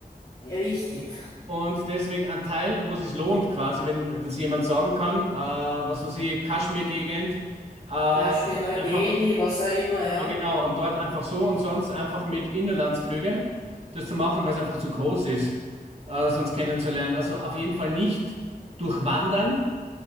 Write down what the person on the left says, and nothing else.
richtig.
Kaschmir, Neu-Delhi, was auch immer, ja.